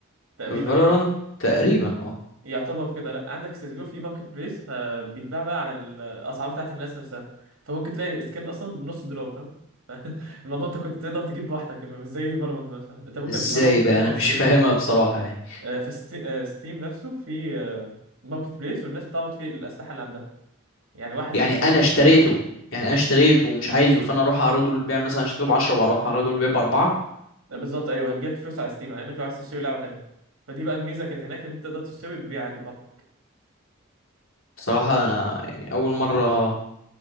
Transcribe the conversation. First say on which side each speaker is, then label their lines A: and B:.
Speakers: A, on the right (about 85°); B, on the left (about 70°).
A: تقريبا
B: فالورانت
A: يعني.
B: تقريبا اه
A: يعتبر كده لا عندك سيسجو في ماركت بليس فبيتباع بقى على الاسعار بتاعت الناس نفسها فممكن تلاقي سكين اصلا بنص دولار فاهم <laughs> الموضوع انت كنت تقدر تجيب بوحدك اما مش زي فالورانت مثلا انت ممكن
B: ازاي
A: فالورانت
B: ده
A: بالنسبه
B: انا
A: للمصريين
B: مش فاهمها بصراحه يعني.
A: آه، في ستي- آه، ستيم نفسه في آه، ماركت بليس والناس بتعرض فيه الاسلحه اللي عندها يعني واحد
B: يعني
A: فتح
B: انا
A: صناديق
B: اشتريته
A: كتير
B: يعني انا اشتريته ومش عايزه فانا اروح اعرضه للبيع مثلا اشتريته ب 10 واروح اعرضه للبيع ب 4
A: آه، بالظبط ايوه هتجيلك فلوس على ستيم لانك لو عايز تشتري لعبه تانيه فدي بقى الميزه كانت هناك ان انت تقدر تشتري وتبيع عادي براحتك
B: بصراحه انا يعني اول مره